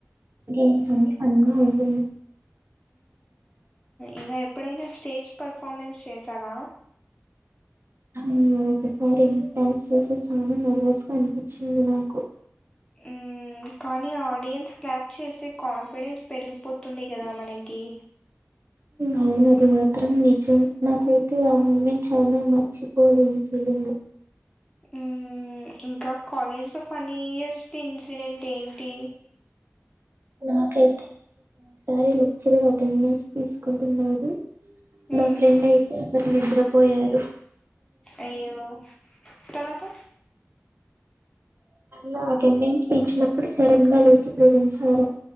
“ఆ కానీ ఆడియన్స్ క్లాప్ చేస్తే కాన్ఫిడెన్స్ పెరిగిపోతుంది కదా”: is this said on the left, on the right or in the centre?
Left